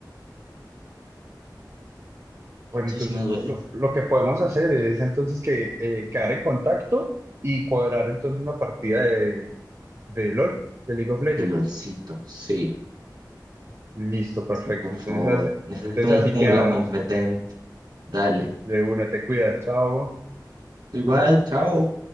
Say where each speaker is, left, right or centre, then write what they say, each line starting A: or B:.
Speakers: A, on the right; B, on the right.
A: Bueno,
B: Eso
A: entonces
B: sí me duele.
A: lo, lo que podemos hacer es entonces que eh, quedar en contacto y cuadrar entonces una partida de, de LOL, de League of Legends.
B: De LOLcito. Sí,
A: Listo, perfecto.
B: sí, por
A: Entonces,
B: favor.
A: as-
B: Necesito
A: entonces
B: un
A: así
B: jungla
A: quedamos.
B: competente. Dale.
A: De una, te cuidas, chao.
B: Igual, chao.